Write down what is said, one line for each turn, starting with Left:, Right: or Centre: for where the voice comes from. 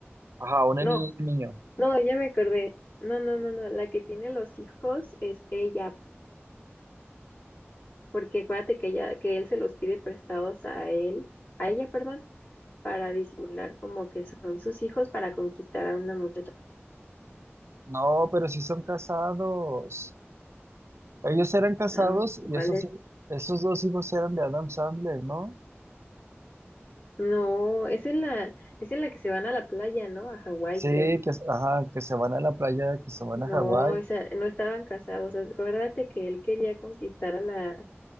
Right: Ajá, una
Left: No,
Right: niña y un niño.
Left: no, ya me acordé. No, no, no, no, la que tiene los hijos es ella, porque acuérdate que ella, que él se los pide prestados a él, a ella, perdón, para disimular como que son sus hijos para conquistar a una muchacha.
Right: No, pero sí son casados. Ellos eran casados
Left: Ah,
Right: y
Left: ¿cuál
Right: esos,
Left: es?
Right: hi- esos dos hijos eran de Adam Sandler, ¿no?
Left: No, es en la, es en la que se van a la playa, ¿no? A Hawái,
Right: Sí,
Left: creo.
Right: que, ajá, que se van a la playa, que se van
Left: No,
Right: a Hawái.
Left: esa, no estaban casados. Acuérdate que él quería conquistar a la,